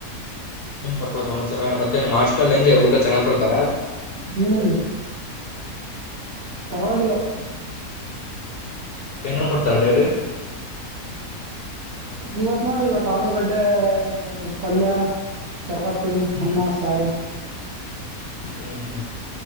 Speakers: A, on the left (about 65°); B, on the right (about 55°).
A: ಪಾಪ ಸಮಾಚಾರ ಮತ್ತೆ ನಿಮ್ ಹಾಸ್ಟೆಲ್ ಹೆಂಗೆ ಊಟ ಚೆನ್ನಾಗ್ ಕೊಡ್ತಾರಾ
B: ಹ್ಮ್ ಪರವಾಗಿಲ್ಲ
A: ಬೇರೆ ಬರ್ತಾರ ಡೈಲಿ
B: ಇವತ್ ನೋಡು ಇವತ್ ಆಲೂಗಡ್ಡೆ ಪಲ್ಯ ಚಪಾತಿ
A: ಹ್ಮ್
B: ಅನ್ನ ಸಾರು
A: ಹ್ಮ್ ಹ್ಮ್